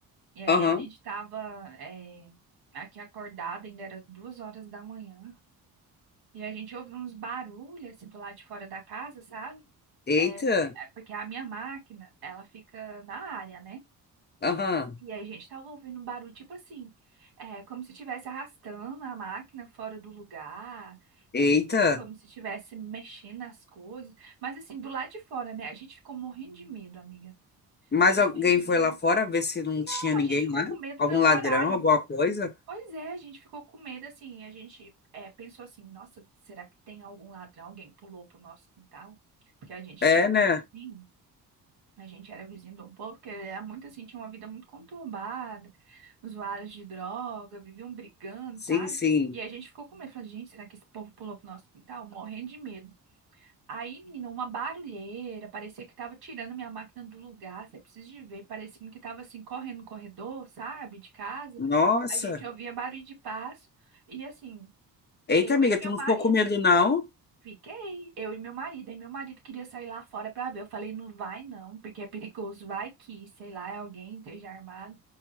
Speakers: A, on the right; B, on the left.
A: E aí
B: Aham.
A: a gente tava, é, aqui acordada, ainda era duas horas da manhã, e a gente ouviu uns barulhos, assim, do lado de fora da casa, sabe?
B: Eita.
A: É, é porque a minha máquina, ela fica na área, né?
B: Aham.
A: E aí, gente, tava ouvindo um barulho tipo assim, é, como se estivesse arrastando a máquina fora do lugar, é,
B: Eita.
A: é como se estivesse mexendo nas coisas. Mas assim, do lado de fora, né? A gente ficou morrendo de medo, amiga.
B: Mas
A: Morrendo
B: alguém
A: de medo.
B: foi lá fora ver se não
A: Não,
B: tinha
A: a
B: ninguém
A: gente ficou
B: lá?
A: com medo
B: Algum
A: pelo
B: ladrão,
A: horário.
B: alguma coisa?
A: Pois é, a gente ficou com medo assim. A gente é, pensou assim, nossa, será que tem algum ladrão? Alguém pulou pro nosso quintal? Porque a gente
B: É,
A: tinha medo.
B: né?
A: A gente era vizinho de um povo que era muito assim, tinha uma vida muito conturbada, usuários de droga, viviam brigando,
B: Sim,
A: sabe?
B: sim.
A: E a gente ficou com medo, falou, gente, será que esse povo pulou pro nosso quintal? Morrendo de medo. Aí, menina, uma barulheira, parecia que tava tirando minha máquina do lugar, você precisa de ver, parecendo que tava assim, correndo no corredor, sabe, de casa.
B: Nossa.
A: A gente ouvia barulho de passo, e assim,
B: Eita,
A: eu
B: amiga,
A: e meu
B: tu não
A: marido.
B: ficou com medo, não?
A: Fiquei, eu e meu marido. E meu marido queria sair lá fora pra ver. Eu falei, não vai não, porque é perigoso. Vai que, sei lá, é alguém esteja armado.